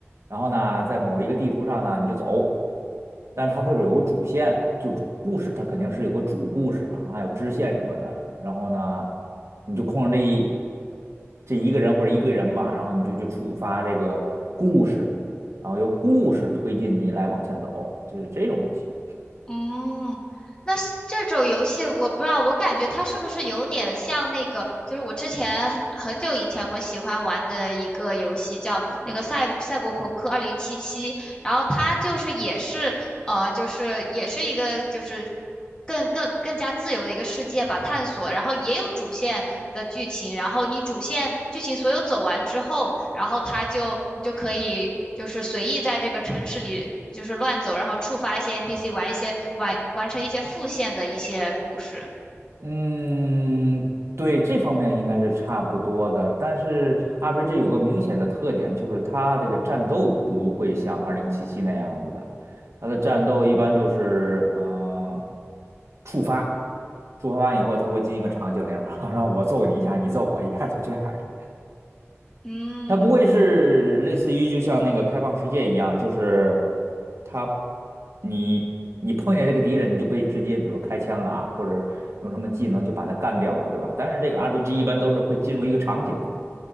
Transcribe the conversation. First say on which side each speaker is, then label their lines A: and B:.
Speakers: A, on the right; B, on the left.
A: 然后呢，在某一个地图上呢你就走，但是它会有个主线，就故事它肯定是有个主故事啊，还有支线什么的。然后呢，你就控制这一这一个人或者一队人吧，然后你就就触发这个故事。然后由故事推进你来往前走，就是这种游戏。
B: 嗯，那是这种游戏我不知道，我感觉它是不是有点像那个，就是我之前很久以前我喜欢玩的一个游戏叫那个赛赛博朋克二零七七，然后它就是也是。呃，就是也是一个就是更更更加自由的一个世界吧，探索。然后也有主线的剧情，然后你主线剧情所有走完之后，然后它就你就可以就是随意在这个城市里就是乱走，然后触发一些 NPC，玩一些完完成一些副线的一些故事。
A: 嗯，对，这方面应该是差不多的。但是 RPG 有个明显的特点，就是它这个战斗不会像二零七七》那样子的，它的战斗一般就是呃触发，触发完以后它会进一个场景里面然后
B: 嗯
A: <laughs> 我揍你一下，你揍我一下，就这样的。
B: 嗯，
A: 它不会是类似于就像那个开放世界一样，就是它你你碰见这个敌人，你就可以直接比如开枪啊，或者用什么技能就把他干掉了，对吧？但是这个 RPG 一般都是会进入一个场景，